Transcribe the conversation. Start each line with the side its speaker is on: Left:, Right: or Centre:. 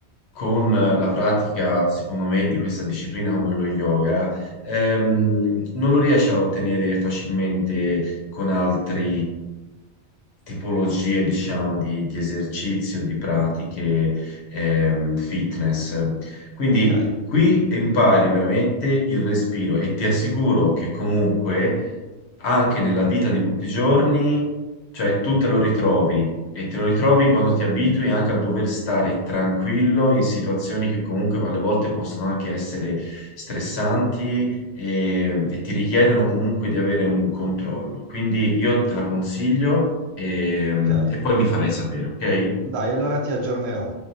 Left: con la pratica, secondo me, di questa disciplina come lo yoga, ehm, non lo riesce a ottenere facilmente con altre tipologie, diciamo, di, di esercizio, di pratiche, ehm, fitness. Quindi
Right: Ok,
Left: qui impari veramente il respiro e ti assicuro che comunque anche nella vita di tutti i giorni, cioè tu te lo ritrovi e te lo ritrovi quando ti abitui anche a dover stare tranquillo in situazioni che comunque alle volte possono anche essere stressanti e, e ti richiedono comunque di avere un controllo. Quindi io te la consiglio e,
Right: ok.
Left: e poi mi farai sapere, ok?
Right: Dai, allora ti aggiornerò.